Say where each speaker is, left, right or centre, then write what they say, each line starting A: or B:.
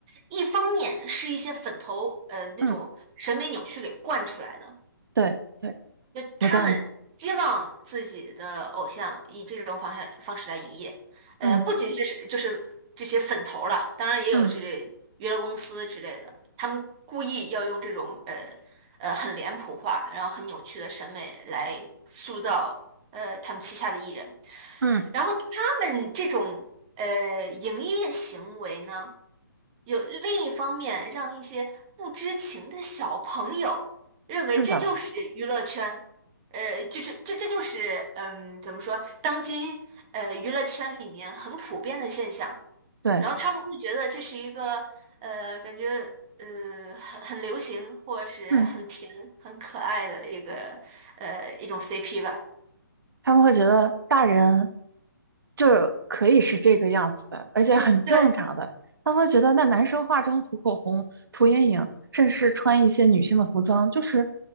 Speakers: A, on the right; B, on the right.
A: 一方面是一些粉头，呃，那种审美扭曲给惯出来的，
B: 嗯。对对，
A: 就他们希望自己的偶像以这种方式方式来营业，
B: 我赞同。
A: 呃，
B: 嗯
A: 不仅是是就是这些粉头儿了，当然也有这类娱乐公司之类的，
B: 嗯
A: 他们故意要用这种呃呃很脸谱化，然后很扭曲的审美来塑造呃他们旗下的艺人，
B: 嗯，
A: 然后他们这种呃营业行为呢。有另一方面让一些不知情的小朋友认为这就是娱乐圈，
B: 是的，
A: 呃，就是这这就是嗯，怎么说，当今呃娱乐圈里面很普遍的现象，
B: 对，
A: 然后他们会觉得这是一个呃感觉呃很很流行或者是很甜很可爱的一个呃一种
B: 嗯。
A: CP 吧。
B: 他们会觉得大人就可以是这个样子的，而且很正常的。
A: 嗯，对，
B: 他们会觉得那男生化妆、涂口红、涂眼影，甚至是穿一些女性的服装，就是